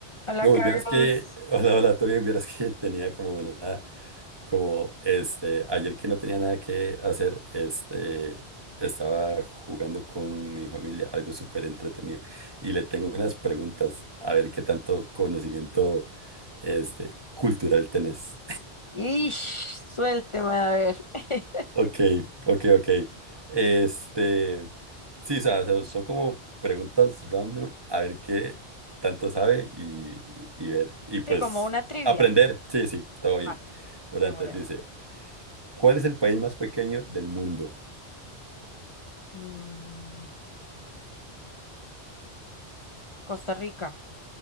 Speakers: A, on the left (about 35°); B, on the right (about 25°).
A: Hola
B: Bro,
A: Carlos.
B: pues vieras que, hola, hola, todo bien, vieras que tenía como una, como este, ayer que no tenía nada que hacer, este, estaba jugando con mi familia, algo súper entretenido, y le tengo unas preguntas, a ver qué tanto conocimiento, este, cultural tenés.
A: y suélteme a ver. <laughs>
B: Ok, ok, ok. Este, sí, o sea, se- son como preguntas random, a ver qué tanto sabe y, y ver. Y pues
A: Sí, como una trivia.
B: aprender, sí, sí, todo bien.
A: Va,
B: Bueno,
A: demoler.
B: entonces dice, ¿cuál es el país más pequeño del mundo?
A: Mm, Costa Rica.